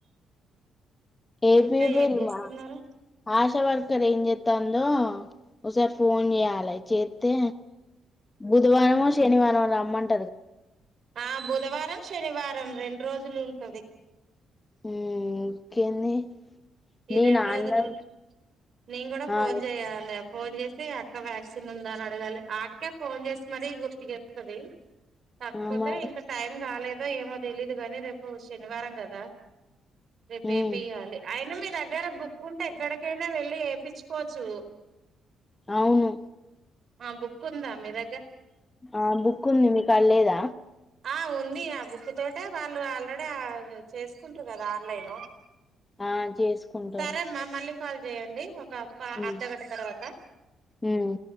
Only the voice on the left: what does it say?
ఏపియపోయిల్లు
మా ఆష్ షా వర్కర్ ఏం చెత్తందో ఒసారి ఫోన్ చేయాలే చేత్తే బుధవారంమో శనివారమో రమ్మన్
ఉమ్ ఇంకేంది
నేను
ఆన్లైన్
ఆ
ఆ మరి
ఉమ్
అవును
ఆ బుక్ ఉంది మీకాడళ్లేదా
ఆ చేసుకుంటారు
ఉమ్
ఉమ్